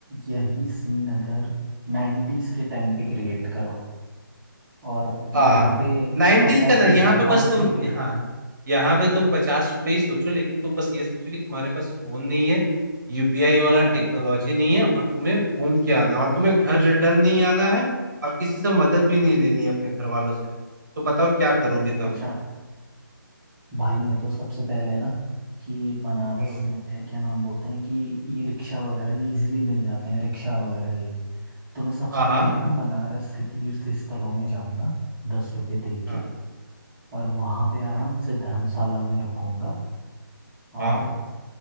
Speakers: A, on the right; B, on the right.
A: यही सीन अगर नाइन्टीज के टाइम पे क्रिएट करो और यहाँ
B: हाँ
A: पे
B: नाइन्टीज
A: पचास
B: का ना
A: की
B: यहाँ
A: जगह
B: पे
A: पाँच
B: बस तुम
A: रुपये
B: यहाँ यहाँ पे तुम पचास रुपए ही सोचो लेकिन तुम बस ये सोचो कि तुम्हारे पास फोन नहीं है यूपीआई वाला टेक्नोलॉजी
A: हाँ
B: नहीं है और तुम्हें घूम के आना है, और तुम्हें घर रिटर्न नहीं आना है और किसी से मदद भी नहीं लेनी है अपने घर वालों से तो बताओ क्या करोगे तब
A: अच्छा भाई मैं तो सबसे पहले ना कि बनारस
B: हम्म
A: में क्या नाम बोलते हैं कि ई रिक्शा वगैरह इजीली मिल जाते हैं रिक्शा वगैरह ये तो मैं सबसे
B: हाँ
A: पहले
B: हाँ
A: ना बनारस के तीर्थ स्थलों में जाऊंगा दस रुपये दे
B: हाँ
A: के और वहाँ पे आराम से धर्मशाला में रुकूंगा और
B: हाँ